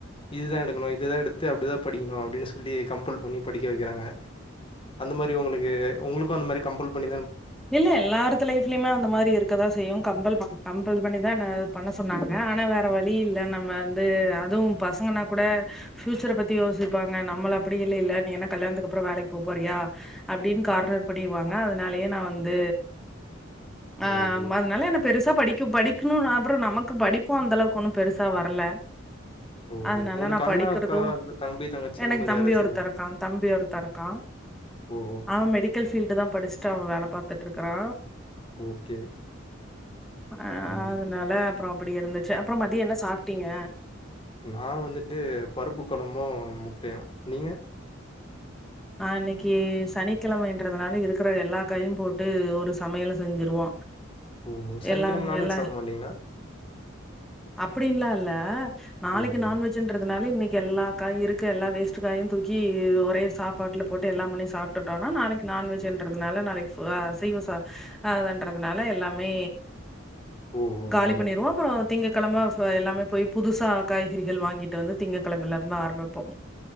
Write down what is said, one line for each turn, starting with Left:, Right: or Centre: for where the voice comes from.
Left: இதுதா எடுக்கணு இதுதா எடுத்து அப்டிதா படிக்கணு அப்டின்னு சொல்லி கம்பல் பண்ணி படிக்க வெக்கிறாங்க அந்த மாரி உங்ளுக்கு உங்களுக்கு அந்த மாரி கம்பல் பண்
Centre: இல்ல எல்லார்த்து லைஃப்லயுமே அந்த மாரி இருக்கதா செய்யு கம்பல் ப கம்பல் பண்ணிதா நா பண்ண சொன்னாங்க ஆனா வேற வழி இல்ல நம்ம வந்து அதுவு பசங்கன்னா கூட ஃப்யூச்சர பத்தி யோசிப்பாங்க நம்மள அப்டி இல்லைல்ல நீ என்ன கல்யாணத்துக்கு அப்புறோ வேலைக்கு போப் போறியா அப்டின்னு கார்னர் பண்ணிருவாங்க அதனாலயே நா வந் ந்து ஆ
Left: ஓஹோ
Centre: ம அதனால என்ன பெருச தா படிக் படிக்கணுன் அப்பறோ நமக்கு படிப்பு அந்தளவுக்கு ஒண்ணு பெருசா வரல
Left: ஓஹோ
Centre: அதனால
Left: உங்களுக்கு
Centre: நா
Left: அண்ணா
Centre: படிக்கொறது
Left: அக்கா அந்த தம்பி தங்கச்சி
Centre: எனக்கு
Left: அந்த மாரி
Centre: தம்பி
Left: யாராச்சு
Centre: ஒருத்த இருக்கா தம்பி ஒருத்த இருக்கா
Left: ஓஹோ
Centre: அவ மெடிக்கல் ஃபீல்டுதா படிச்சுட்டு அவ வேல பாத் த்துட்டு இருக்கறா
Left: ஓகே
Centre: அ
Left: ம்
Centre: அதனால அப்றோ அப்டி இருந்துச்சு அப்றோ மதியோ என்ன சாப்பிட்டீங்க?
Left: நா வந்துட்டு பருப்பு கொழம்பு முட்டையு நீங்க
Centre: நா இன்னைக்கி சனிக்கெழமன்றதுனால இருக்கற எல்லா காயையு போட்டு ஒரு சமையல செஞ்சிருவோ
Left: ஓஹோ சனிக்கிழம
Centre: எல்லாம்
Left: நான்வெஜ்
Centre: எல்லா
Left: சாப்ட மாட்டீங்களா
Centre: அப்டின்ல்லா இல்ல நாளைக்கு
Left: ஓஹோ
Centre: நான்வெஜ்ன்ற அதனால இன்னைக்கி எல்லா காய் இருக்கு எல்லா வேஸ்ட் காயு தூக்கி ஒரே சாப் பாட்டுல போட்டு எல்லாம் பண்ணி சாப்பிட்டுட்டோனா நாளைக்கி நான்வெஜ்ன்றதுனால நாளைக்கி ஃபுலா அசைவ சா அதன்றதுனால எல்லாமே
Left: ஓஹோ
Centre: காலி
Left: அந்த மாரி
Centre: பண்ணிருவோ அப்புறோ திங்கக்கெழம ஃப எல்லாமே போயி புதுசா காய்கறிகள் வாங்கிட்டு வந்து திங்கக்கெழமல இருந்து ஆரம்பிப்போ